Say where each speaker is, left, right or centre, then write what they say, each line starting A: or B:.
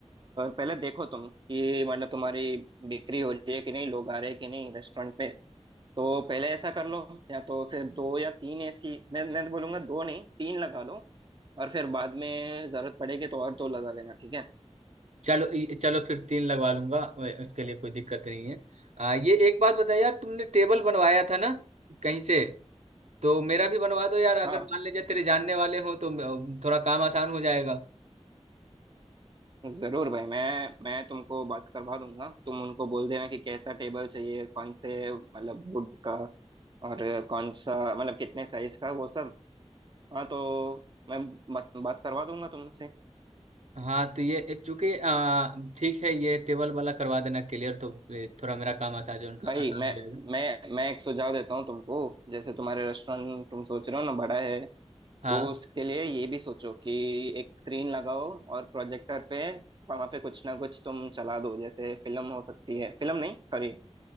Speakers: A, on the right (about 45°); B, on the right (about 75°).
A: पहले देखो तुम कि मतलब तुम्हारी बिक्री हो रही है कि नहीं लोग आ रहे हैं कि नहीं रेस्टोरेंट पे तो पहले ऐसा कर लो या तो फिर दो या तीन ऐसी मैं मैं तो बोलूंगा दो नहीं तीन लगा लो और फिर बाद में जरूरत पड़ेगी तो और दो लगा लेना ठीक है
B: चलो ये- चलो फिर तीन लगवा लूंगा वे- उसके लिए कोई दिक्कत नहीं है आ, ये एक बात बताया यार तुमने टेबल बनवाया था ना कहीं से तो मेरा भी बनवा दो यार अगर
A: हाँ
B: मान लीजिए तेरे जानने वाले हों तो म- थोड़ा काम आसान हो जाएगा
A: जरूर भाई मैं मैं तुमको बात करवा दूंगा तुम उनको बोल देना कि कैसा टेबल चाहिए कौन से मतलब वुड का और कौन सा मतलब कितने साइज का वो सब हाँ तो मैं बात बात करवा दूंगा तुमसे
B: हाँ तो ये चूंकि आ, ठीक है ये टेबल वाला करवा देना क्लियर तो ये थोड़ा मेरा काम आसान आसान
A: भाई मैं
B: हो जाएगा
A: मैं मैं एक सुझाव देता हूँ तुमको जैसे तुम्हारे रेस्टोरेंट तुम सोच रहे हो ना बड़ा है
B: हाँ
A: तो उसके लिए ये भी सोचो कि एक स्क्रीन लगाओ और प्रोजेक्टर पे वहां पे कुछ ना कुछ तुम चला दो जैसे फिल्म हो सकती है फिल्म नहीं सॉरी